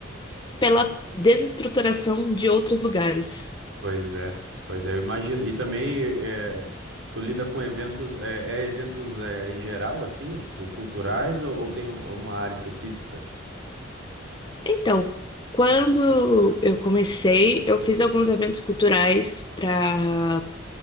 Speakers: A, on the left; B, on the right.
A: pela desestruturação de outros lugares.
B: Pois é, pois é, eu imagino. E também é, tu lida com eventos, é, é eventos é, em geral, assim, tipo, culturais ou, ou tem uma área específica?
A: Então, quando eu comecei, eu fiz alguns eventos culturais para